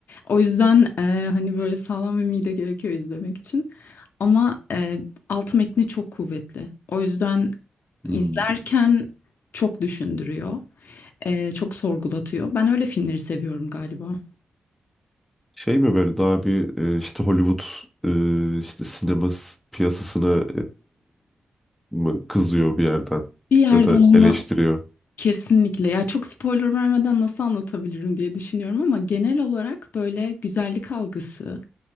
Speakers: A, on the left; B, in the centre.
A: O yüzden e, hani böyle sağlam bir mide gerekiyor izlemek için. Ama e, alt metni çok kuvvetli. O yüzden
B: Hmm.
A: izlerken çok düşündürüyor, e, çok sorgulatıyor. Ben öyle filmleri seviyorum galiba.
B: Şey mi böyle daha bir e, işte Hollywood e, işte sinema s- piyasasına e, mı kızıyor bir yerden
A: Bir yerden
B: ya da
A: onu
B: eleştiriyor.
A: kesinlikle ya çok spoiler vermeden nasıl anlatabilirim diye düşünüyorum ama genel olarak böyle güzellik algısı,